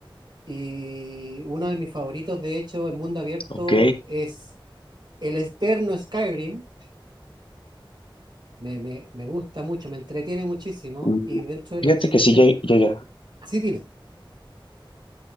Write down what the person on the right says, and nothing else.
Y uno de mis favoritos, de hecho, en mundo abierto
es el externo Skyrim. Me, me, me gusta mucho, me entretiene muchísimo.
Y dentro de los
shooters,
sí, dime.